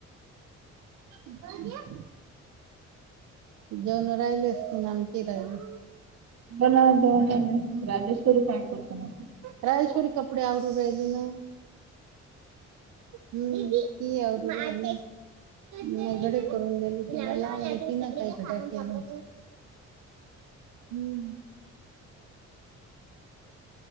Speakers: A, on the right (about 75°); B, on the right (about 55°).
A: <unintelligible> जेवणं राहिले असतील ना आमचे राहिले.
B: बनवा जेवण म्हणले राजेश्वरी काय करते मग?
A: राजेश्वरी, कपडे आवरू राहिली ना हम्म. मी घडी करून दिले, तीन लावल तीन काही हे काय केलं हमं. हंम.